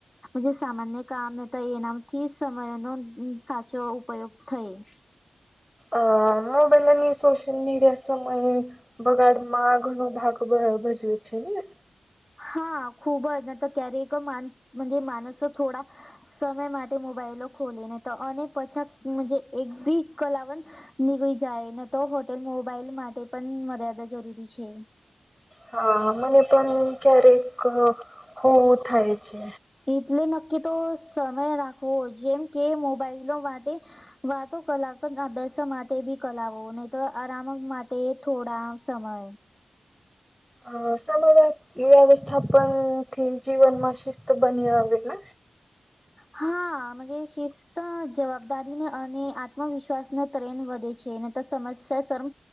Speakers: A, on the left (about 15°); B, in the centre.
A: જે સામાન્ય કામ તો એનામથી સમયનો સાચો ઉપયોગ થઈ <inaudible>
B: અ હ <unintelligible> સોશ્યલ મીડિયા સમય બગડમાં ઘનો ભાગ ભજવે છે ને.
A: હા ખૂબ જ ન તો ક્યારે માનસ મજે માણસ થોડા સમય માટે મોબાઈલો ખોલીને તો અને પછા મજા એક ભી કલાવન નીકળી જાય ને તો હોટેલ મોબાઈલ માટે પણ મર્યાદા જરૂરી છે.
B: હા મને પણ ક્યારેક હોવું થાય છે.
A: એટલે નક્કી તો સમય રાખવો જેમ કે મોબાઈલો માટે વાતો કલાક અભ્યાસ માટે બી કલાવો નહી તો આરામ માટે થોડા સમય
B: અ સમય વ્યવસ્થાપન થી જીવન માં શિસ્ત બની આવે ને
A: <inaudible> હા મજે શિસ્ત જવાબદારી ને અને આત્મવિશ્વાસને તરેન વધે છે. <unintelligible> સમસ્યા